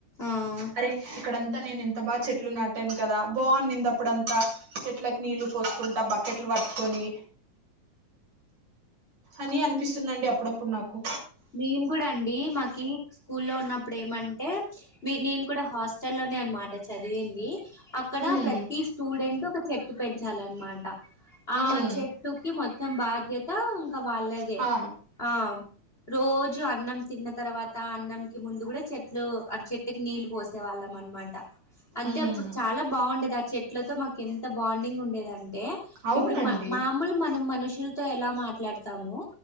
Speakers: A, on the left; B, on the right.
A: ఆ
B: అరే ఇక్కడంతా నేను ఎంత బాగా చెట్లు నాటాను కదా బాగుంనింది అప్పుడంతా చెట్లకి నీళ్ళలు పోసుకుంటా బక్ కెట్లు పట్టుకొని అని అనిపిస్ స్తుందండి అప్పుడప్పుడు నాకు
A: మేము గుడా అండి మాకి స్కూలో ఉన్నప్పుడు ఏమంటే మీ నేను కూడా హాస్టల్ లోనే అనమాట చదివింది అ అక్కడ
B: ఉమ్
A: ప్రతి స్టూడెంట్ ఒక చెట్టు పెంచాలన్నమాట ఆ
B: ఉమ్
A: చెట్ చెట్టుకి మొత్తం బాధ్యత ఇంకా వాళ్ళ
B: ఆ
A: ఆ రోజు అన్నం తిన్న తర్వాత అన్నం కి ముందు కూడా చెట్లు చెట్టుకి నీళ్ళు పోస్ సే వాళ్ళం అనమాట అంటే
B: ఉమ్
A: అప్పుడు చాలా బాగుండేది ఆ చెట్లతో మాకు ఎంత బాండింగ్ ఉండేదంటె
B: అవునండి
A: ఇప్పుడు మా మామూలు మనం మనుషులతో ఎలా మాట్లాడతాము